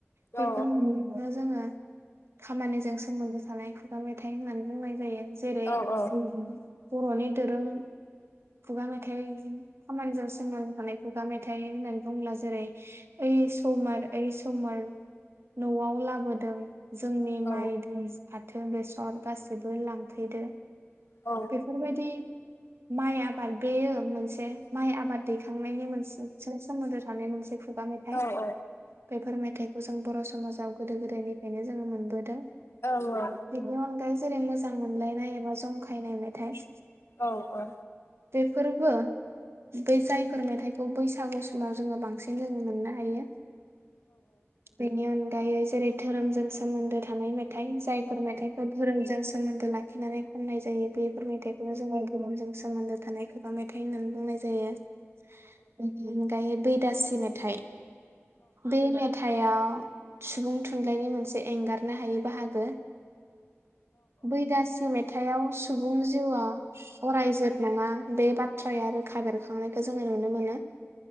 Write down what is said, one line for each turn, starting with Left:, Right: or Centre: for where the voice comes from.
Right: बैयफोर
Left: औ
Right: जोंङो। खामानिजों सोमोन्दो थानाय खुगा मेथाइ होननानै बुंनाय जायो। जेरै
Left: औ औ।
Right: बर'नि दोरों खुगा मेथाइ खामानिजों सोंनानै थानाय खुगा मेथाइ होननानै बुङोब्ला जेरै ओइ समर ओइ समार न'आव लाबोदों। जोंनि
Left: औ
Right: माइ दै फाथ बो बेसर गाससिबो लांफैदो।
Left: औ
Right: बेफोर बायदि माइ आबाद बेयो मोनसे। माइ आबाद दैखनायनि मोन सोमोनद थानाय मोनसे खुगा मेथाइ।
Left: औ औ
Right: बेफोर मेथाइखौ जों बर' समाजाव गोदो गोदायनिफ्रायनो जोंङो मोनबोदों।
Left: औ-औ
Right: बेनि अनगायै जेरै मोजां मोनलायनाय एबा जंखाय खायनाय मेथाइ
Left: औ-औ
Right: बे फोरबो बे जायफोर मेथाइखौ बैसागु समाव जोंङो बांसिन बेनों मोननो हायो बेनि अनगा दायै जेरै धोरोमजों सोमोन्दो थानाय मेथाइ जायफोर मेथाइखौ धोरोमजों सोमोन्दो लाखिनानै खननाय जायो। बेफोर मेथाइखौनो जोंङो गुबुनजों सोमोन्दो थानाय खुगा मेथाइ होननानै बुंनाय जायो दायो बै दासि मेथाइ बे मेथाइआव सुबुं थुनलाइनि मोनसे एंगारनो हायै बाहागो। बैगासि मेथाइआव सुबुं जिउआ अरायजोत नंङा बे बाथ्राया रोखा बेेरखांनायखौ जोङो नुनो मोनो।